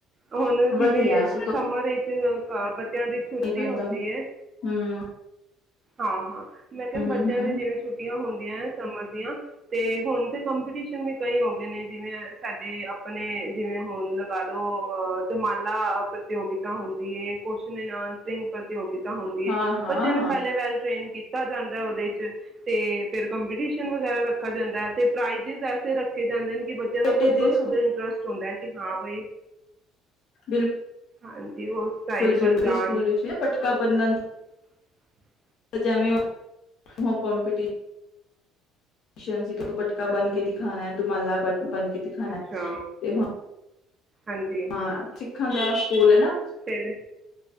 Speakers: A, on the right (about 20°); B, on the left (about 50°).
A: ਹੁਣ ਜਿਵੇਂ
B: ਵਧੀਆ ਸਗੋਂ
A: ਸਮਰ ਇੰਚ ਚ ਬੱਚਿਆਂ ਦੀ ਛੁੱਟੀ
B: ਨੀ ਪੈਂਦਾ
A: ਹੁੰਦੀ ਏ।
B: ਹੂੰ,
A: ਹਾਂ, ਹਾਂ। ਮੈਂ ਕਿਹਾ
B: ਹੂੰ-ਹੂੰ
A: ਬੱਚਿਆਂ ਦੀ ਜਿਵੇਂ ਛੁੱਟੀਆਂ ਹੁੰਦੀਆਂ ਹੈ, ਸਮਰ ਦੀਆਂ। ਤੇ ਹੁਣ ਤੇ ਕੰਪੀਟੀਸ਼ਨ ਵੀ ਕਈ ਹੋ ਗਏ ਨੇ ਜਿਵੇਂ ਸਾਡੇ ਆਪਣੇ ਜਿਵੇਂ ਹੁਣ ਆਲੋ ਦਮਾਲਾ ਪ੍ਰਤਯੋਗਿਤਾ ਹੁੰਦੀ ਹੈ। ਕੌਸ਼ਨ ਐਨ ਅਨਸਰਿੰਗ। ਪ੍ਰਤਿਯੋਗੀਤਾ ਹੁੰਦੀ ਹੈ,
B: ਹਾਂ-ਹਾਂ
A: ਬੱਚਿਆਂ ਨੂੰ ਪਹਿਲੇ ਦਾ ਟ੍ਰੇਨ ਕੀਤ ਕੀਤਾ ਜਾਂਦਾ ਔਦੇ ਚ ਤੇ ਫਿਰ ਕੰਪੀਟੀਸ਼ਨ ਵਗੈਰਾ ਰੱਖਿਆ ਜਾਂਦਾ ਹੈ। ਤੇ ਪ੍ਰਾਈਜ਼ਸ ਐਸੇ ਰੱਖੇ ਜਾਂਦੇ ਨੇ ਕਿ ਬੱਚਿਆਂ ਦਾ
B: ਬੇਟੇ
A: ਖੁਦ ਬ
B: ਦੇ
A: ਖੁਦ ਇੰਟਰਸਟ ਹੁੰਦਾ ਹੈ ਕਿ ਹਾਂ ਬਾਈ
B: ਬਿਲ
A: ਹਾਂਜੀ। ਉਸ ਸਾਈਡ
B: ਖੁਲ ਫਿਰ
A: ਵੱਲ
B: ਦੇ
A: ਜਾਣ
B: ਸਕੂਲ ਵਿੱਚ ਪਟਕਾ ਬੰਨਣ
A: <unintelligible>
B: ਜੇਂਵੇਂ ਔ ਹੋ ਕੰਪੀਟੀ ਸ਼ ਸੀ ਦੁ ਪਟਕਾ ਬਣ
A: ਅੱਛਾ
B: ਕੇ ਦਿਖਾਣਾ, ਦੁਮਾਲਾ ਬ ਬਣ ਕੇ ਦਿਖਾਣਾ
A: ਅੱਛਾ
B: ਤੇ ਹੁਣ
A: ਹਾਂਜੀ
B: ਹਾਂ ਸਿੱਖਾਂ ਦਾ ਸਕੂਲ ਹੈ ਨਾ
A: ਫਿਰ